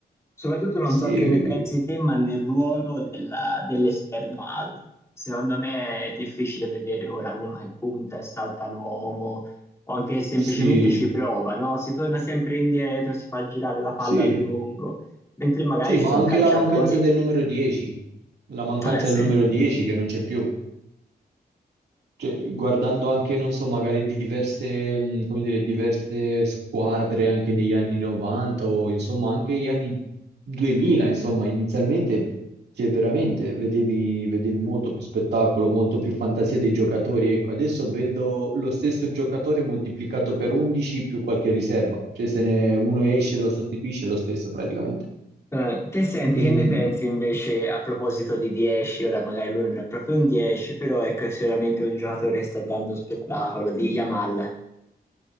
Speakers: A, on the left; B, on the right.
A: Soprattutto non
B: sì,
A: so che ne pensi te, ma nel ruolo della- dell'esterno alto. Secondo me è difficile vedere ora uno che punta e salta l'uomo, o anche che semplicemente
B: sì,
A: ci prova, no? Si torna sempre indietro, si fa girare la palla
B: sì,
A: a lungo, mentre magari
B: sì,
A: ci
B: ma
A: sono
B: anche
A: calciatori.
B: la mancanza del numero 10, la mancanza
A: Eh sì.
B: del numero 10 che non c'è più. Cioè, guardando anche, non so, magari diverse, mh, come dire, diverse squadre anche negli anni 90 o insomma anche gli anni 2000, insomma, inizialmente, cioè, veramente vedevi, vedevi molto più spettacolo, molto più fantasia dei giocatori. Ecco, adesso vedo lo stesso giocatore moltiplicato per 11 più qualche riserva, cioè se ne uno esce lo sostituisce è lo stesso praticamente.
A: Eh, te senti,
B: Ben-
A: che ne pensi invece a proposito di 10? Ora magari lui non è proprio un 10, però ecco, è sicuramente un giocatore che sta dando spettacolo di Yamal,